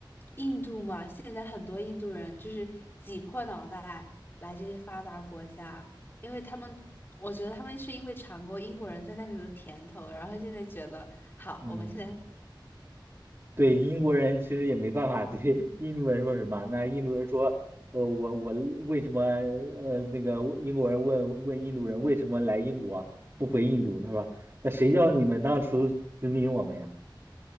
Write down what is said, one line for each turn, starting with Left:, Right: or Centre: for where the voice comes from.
Left: 印度嘛，现在很多印度人就是挤破脑袋来这些发达国家，因为他们，我觉得他们是因为尝过英国人在那里的甜头，然后现在觉得好，
Right: 嗯。
Left: 我们现在，
Right: 对英国人其实也没办法对 <laughs> 印度人说什么。那印度人说，呃，我我为什么呃那个英国人问问印度人为什么来英国不回印度？他说，那谁叫你们当初殖民我们呀？